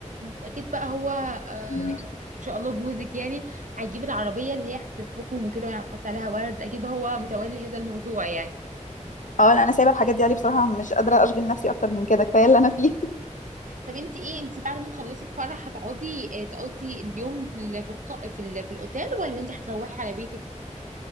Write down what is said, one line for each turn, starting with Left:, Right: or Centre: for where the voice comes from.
Right: واكيد بقى هو آه...
Left: مم.
Right: ان شاء الله جوزك يعني هيجيب العربيه اللي هي هتلفكم وكده يعني هتحط عليها ورد اكيد بقى هو متولي هذا الموضوع يعني
Left: اه لا انا سايبه الحاجات دي علي بصراحه مش قادره اشغل نفسي اكتر من كده كفايه اللي انا فيه <laughs>
Right: طب انت ايه انت بعد ما تخلصي الفرح هتقعدي آه، تقضي اليوم في ال... في الق... في, ال... في الاوتيل ولا انت هتروحي على بيتك